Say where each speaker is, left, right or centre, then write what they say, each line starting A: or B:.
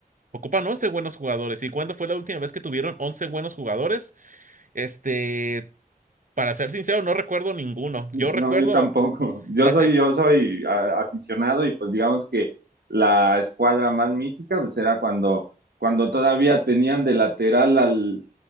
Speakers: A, on the right (about 55°); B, on the right (about 85°).
A: ocupan 11 buenos jugadores. ¿Y cuándo fue la última vez que tuvieron 11 buenos jugadores? Este, para ser sincero, no recuerdo ninguno.
B: No,
A: Yo recuerdo
B: yo tampoco. Yo
A: la...
B: soy,
A: se-
B: yo soy a- aficionado y pues digamos que la escuadra más mítica pues era cuando, cuando todavía tenían de lateral al,